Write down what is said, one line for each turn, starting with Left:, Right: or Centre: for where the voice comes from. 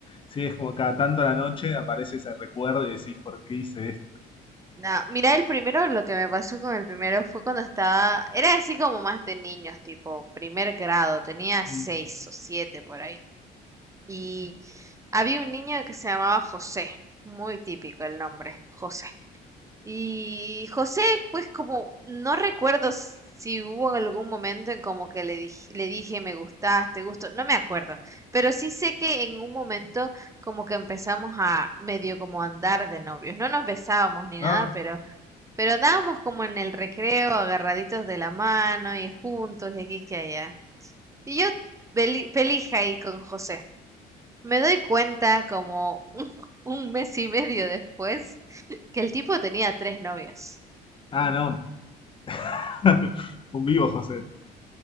Left: Sí, es como cada tanto a la noche aparece ese recuerdo y decís, ¿por qué hice esto?
Right: No, mira, el primero, lo que me pasó con el primero fue cuando estaba, era así como más de niños, tipo primer grado, tenía
Left: Mm.
Right: seis o siete por ahí. Y había un niño que se llamaba José, muy típico el nombre, José. Y José, pues como no recuerdo si hubo algún momento en como que le dije, le dije me gustas, te gusto, no me acuerdo, pero sí sé que en un momento como que empezamos a medio como andar de novios, no nos besábamos ni
Left: Ah,
Right: nada, pero pero andábamos como en el recreo agarraditos de la mano y juntos y aquí que allá. Y yo feli- feliz ahí con José. Me doy cuenta como <laughs> un mes y medio después que el tipo tenía tres novias.
Left: Ah, no. <laughs> Un vivo, José.